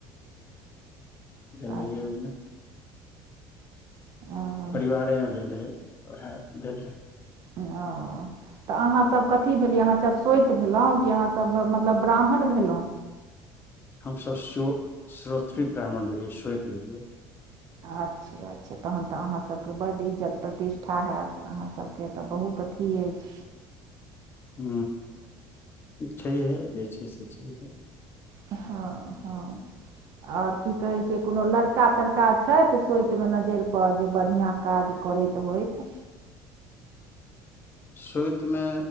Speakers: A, on the left; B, on the right.
A: जदे
B: अच्छा
A: हबमे
B: अच्छा
A: परिवारेमे भेल रहै वएह भेल रह
B: ओ तऽ अहाँ सब कथी भेलियै अहाँ सब सोत भेलहुँ क अहाँ सब मतलब ब्राह्मण भेलहु
A: हमस श्रो श्रोत्रृ ब्राह्मण भेलये श्वेत भेलय
B: अच्छे अच्छा तहन तऽ अहाँ सबके बड इज्जत प्रतिष्ठा है तऽ अहाँ सबके तऽ बहुत अथी अछ
A: ह छैहे जे छै से छैह
B: हँ ह और की कहे छै कोनो लड़का तड़का छथि सोति मे नजरि पर जे बढ़िया का करैत तऽ होइत
A: सुतिमे